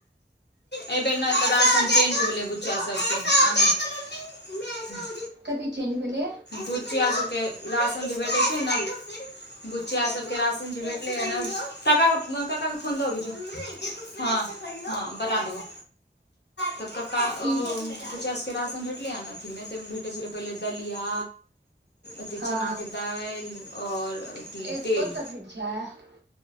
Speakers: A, on the left (about 65°); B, on the right (about 70°).
A: एहिबेर ने तऽ रसन चेंज भेलै बुच्चा सबके आ
B: कथि चेंज भेलै
A: बुचिया सबके राशन जे भेटै छै न बुचिया सबके राशन जे भेटलैए ने काक काक फोन दऽ अभी जो हँ हँ बना देबौ तऽ काका
B: की
A: ओ बच्चा सबके राशन भेटलै हे ने अथीमे ताहिमे भेटै छलै पहिले दलिया अथी
B: हँ
A: चनाके दाइल और
B: हँ
A: अथी तेल
B: <inaudible>